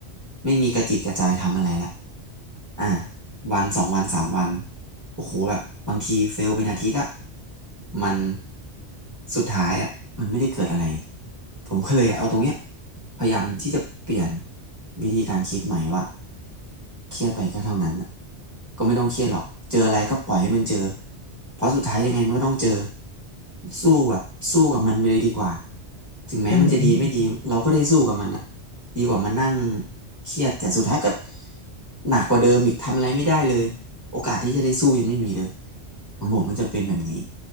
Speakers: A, on the right (about 20°); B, on the left (about 60°).
A: ไม่มีกระจิตกระใจทำอะไรแล้วอ่า วันสองวันสามวันโอ้โหแบบบางทีเฟลเป็นอาทิตย์อะมันสุดท้ายอะมันไม่ได้เกิดอะไรผมก็เลยเอาตรงเนี้ยพยายามที่จะเปลี่ยนวิธีการคิดใหม่ว่าเครียดไปก็เท่านั้นอะก็ไม่ต้องเครียดหรอกเจออะไรก็ปล่อยให้มันเจอเพราะสุดท้ายยังไงมันก็ต้องเจอสู้แบบสู้กับมันไปเลยดีกว่าถึงแม้มันจะดีไม่ดีเราก็ได้สู้กับมันอะ
B: อืม
A: ดีกว่ามานั่งเครียดแต่สุดท้ายก็หนักกว่าเดิมอีกทำอะไรไม่ได้เลยโอกาสที่จะได้สู้ยังไม่มีเลยของผมมันจะเป็นแบบนี้